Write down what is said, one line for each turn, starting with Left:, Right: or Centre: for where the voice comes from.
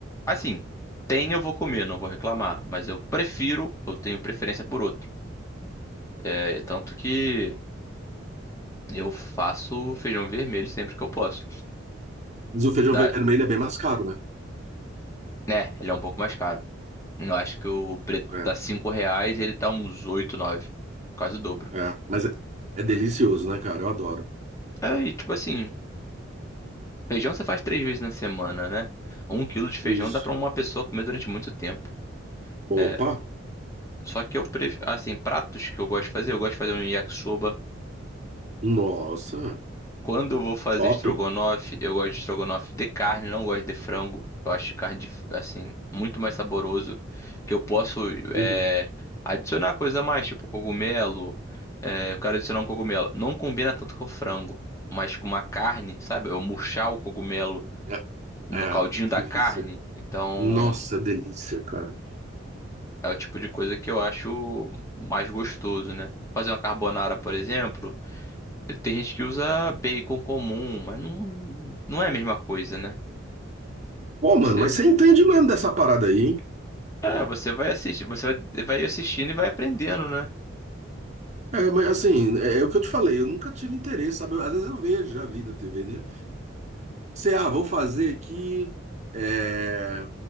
Left: Assim, tem eu vou comer, não vou reclamar. Mas eu prefiro, eu tenho preferência por outro. É, tanto que eu faço feijão vermelho sempre que eu posso.
Right: Mas o feijão
Left: Da...
Right: vermelho é bem mais caro, né?
Left: É, ele é um pouco mais caro. Eu acho que o preto
Right: É,
Left: tá 5 reais e ele tá uns 8 nove Quase o dobro.
Right: é. Mas é, é delicioso, né, cara? Eu adoro.
Left: É, e tipo assim, feijão você faz três vezes na semana, né? Um quilo de feijão
Right: Isso.
Left: dá pra uma pessoa comer durante muito tempo.
Right: Opa!
Left: É, só que eu prefiro, assim, pratos que eu gosto de fazer, eu gosto de fazer um yakisoba.
Right: Nossa,
Left: Quando eu vou fazer
Right: top,
Left: estrogonofe,
Right: hein?
Left: eu gosto de estrogonofe de carne, não gosto de frango. Eu acho carne, de- assim, muito mais saboroso. Que eu posso
Right: Uhum.
Left: é, adicionar coisa a mais, tipo cogumelo. É, eu quero adicionar um cogumelo. Não combina tanto com frango, mas com uma carne, sabe? Eu murchar o cogumelo
Right: É,
Left: no
Right: é,
Left: caldinho da
Right: delícia.
Left: carne. Então,
Right: Nossa, delícia, cara.
Left: é o tipo de coisa que eu acho mais gostoso, né? Fazer uma carbonara, por exemplo. Tem gente que usa bacon comum, mas não, não é a mesma coisa, né?
Right: Pô, mano,
Left: Você,
Right: mas você entende mesmo dessa parada aí, hein?
Left: é, você vai assistir, você vai, vai assistindo e vai aprendendo, né?
Right: É, mas assim, é, é o que eu te falei, eu nunca tive interesse, sabe? Eu- Às vezes eu vejo, já vi na TV, né? Você ah, vou fazer aqui. é,